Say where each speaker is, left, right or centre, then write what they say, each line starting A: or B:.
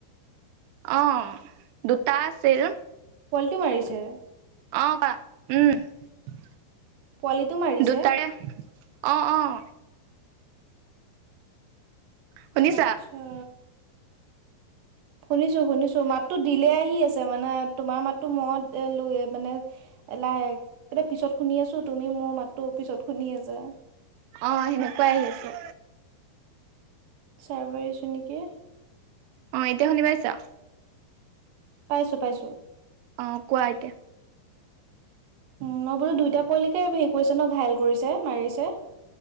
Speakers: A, on the right; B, on the right.
A: অ', দুটা আছিল।
B: কিয় মাৰিছে?
A: অ', কোৱা উম,
B: পোৱালীটো মাৰিছে?
A: দুটাৰে অ', অ'। শুনিছা
B: আৰ্টচা। শুনিছো, শুনিছো মাতো দিলে আহি আছে মানে, তোমাৰ মাতো মত এ লৈ মানে এলাহ এতিয়া পিছত শুনি আছো, তুমি মোৰ মাততো পিছত শুনি আছা।
A: অ', সেনেকুৱাই আহিছে।
B: চাৰ্ভাৰ ইছোঁ নেকি?
A: অ', এতিয়া শুনি পাইছা?
B: পাইছো, পাইছো।
A: অ', কোৱা এতিয়া?
B: উম, মই বোলো দুইটা পোৱালিকে হেৰি কৰিছে ন ঘাইেল কৰিছে মাৰিছে?